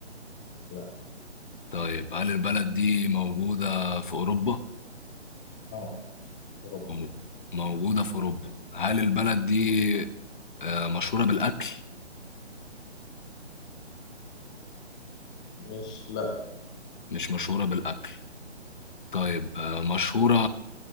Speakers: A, in the centre; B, on the left (about 45°).
A: لا
B: طيب هل البلد دي موجودة في أوروبا؟
A: اه يا رب
B: مو- موجودة في أوروبا هل البلد دي آه، مشهورة بالأكل؟
A: مش لا
B: مش مشهورة بالأكل طيب آه، مشهورة